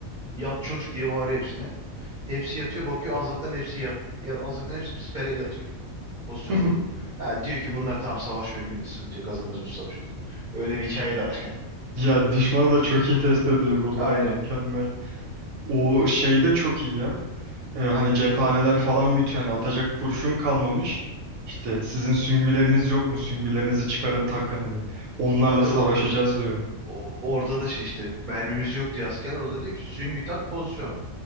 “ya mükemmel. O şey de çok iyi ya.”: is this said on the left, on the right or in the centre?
Right